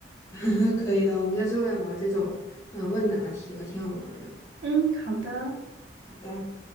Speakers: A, on the left; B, on the right.
A: <laughs> 可以了，我们下次又来玩这种呃问答题吧，挺好玩儿的。
B: 嗯，好的。
A: 好的。